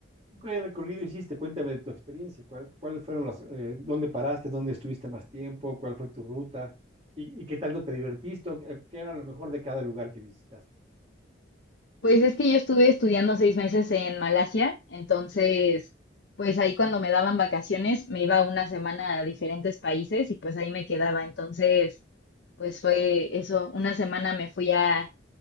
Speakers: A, on the right; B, on the left.
A: ¿qué recorrido hiciste? Cuéntame de tu experiencia. ¿Cuál- cuáles fueron las, eh, dónde paraste, dónde estuviste más tiempo, cuál fue tu ruta y, y qué tanto te divertiste, o qué qué era lo mejor de cada lugar que visitaste?
B: Pues es que yo estuve estudiando seis meses en Malasia, entonces pues ahí cuando me daban vacaciones me iba una semana a diferentes países y pues ahí me quedaba. Entonces, pues fue eso, una semana me fui a